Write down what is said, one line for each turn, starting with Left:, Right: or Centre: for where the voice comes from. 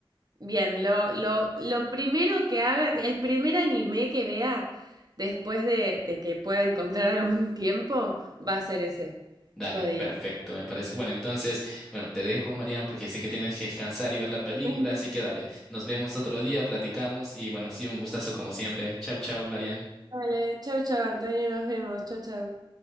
Right: Bien, lo, lo, lo primero que haga, el primer anime que vea después de, de que pueda encontrar algún <laughs> tiempo, va a ser ese,
Centre: Dale,
Right: Code
Centre: perfecto,
Right: Geass.
Centre: me parece. Bueno, entonces, bueno, te dejo, Marian, porque sé que tienes que descansar y ver la película,
Right: <laughs>
Centre: así que dale, nos vemos otro día, platicamos y bueno, sí, un gustazo como siempre. Chau, chau, Marian.
Right: Vale, chau, chau, Antonio, nos vemos, chau, chau.